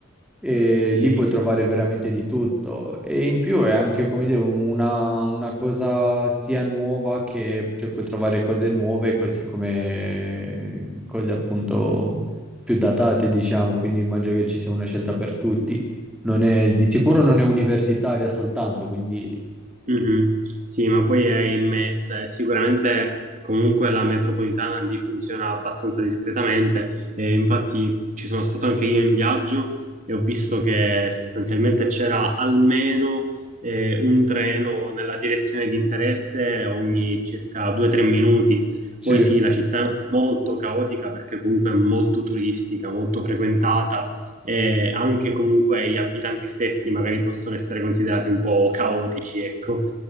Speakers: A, in the centre; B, on the right.
A: e lì
B: sì.
A: puoi trovare veramente di tutto e in più è anche come dire una, una cosa sia nuova che cioè, puoi trovare cose nuove così come cose appunto più datate diciamo quindi immagino che ci sia una scelta per tutti non è, di sicuro non è universitaria soltanto quindi
B: Mhm. Sì, ma poi è immensa e sicuramente comunque la metropolitana lì funziona abbastanza discretamente. E infatti ci sono stato anche io in viaggio e ho visto che sostanzialmente c'era almeno eh, un treno nella direzione di interesse ogni circa 2-3 minuti.
A: sì,
B: Poi sì, la città è molto caotica perché comunque è molto turistica, molto frequentata e anche comunque gli abitanti stessi magari possono essere considerati un po' caotici, ecco.